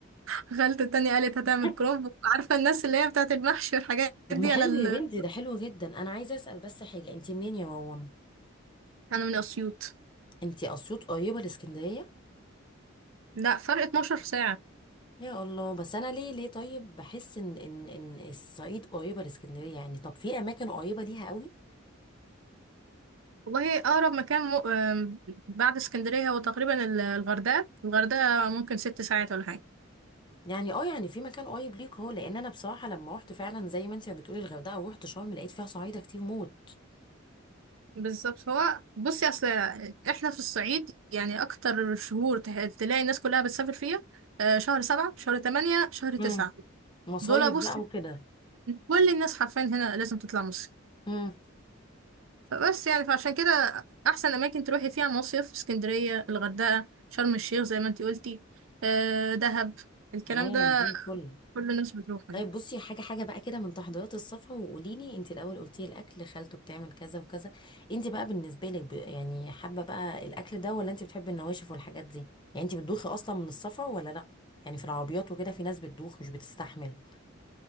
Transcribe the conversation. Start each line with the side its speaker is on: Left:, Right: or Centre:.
Right: <laughs> خالته التانية قالت هتعمل
Left: <laughs>
Right: كرومب عارفة الناس اللي هي بتاعة المحشي والحاجات
Left: طب
Right: دي
Left: ما حلو
Right: على ال...
Left: يا بنتي ده حلو جدا انا عايزه اسال بس حاجه انت منين يا وون
Right: انا من أسيوط
Left: انت اسيوط قريبه لاسكندريه
Right: لا فرق 12 ساعة
Left: يا الله بس انا ليه ليه طيب بحس ان ان ان الصعيد قريبه لاسكندريه يعني طب في اماكن قريبه ليها قوي
Right: والله أقرب مكان م... آم، بعد اسكندرية هو تقريبا ال- الغردقة الغردقة ممكن ست ساعات ولا حاجة
Left: يعني اه يعني في مكان قريب ليك هو لان انا بصراحه لما رحت فعلا زي ما انت بتقولي الغردقه ورحت شرم لقيت فيها صعايده كتير موت
Right: بالظبط هو بصي اصل احنا في الصعيد يعني اكتر شهور ته- تلاقي الناس كلها بتسافر فيها آه، شهر سبعة شهر تمانية شهر تسعة
Left: امم مصايب
Right: دول بص
Left: بقى وكده
Right: كل الناس حرفيا هنا لازم تطلع مصيف
Left: امم
Right: فبس يعني فعشان كده احسن اماكن تروحي فيها مصيف اسكندرية الغردقة شرم الشيخ زي ما انتي قلتي آه، دهب الكلام
Left: تمام
Right: ده
Left: زي الفل
Right: كل الناس بتروحه
Left: طيب
Right: يعني.
Left: بصي حاجة حاجة بقى كده من تحضيرات الصفحة وقولي لي انت الأول قلتي الأكل خالته بتعمل كذا وكذا انت بقى بالنسبة لك ب- يعني حابة بقى الأكل ده ولا انت بتحبي النواشف والحاجات دي يعني انت بتدوخي أصلا من السفر ولا لأ يعني في العربيات وكده في ناس بتدوخ مش بتستحمل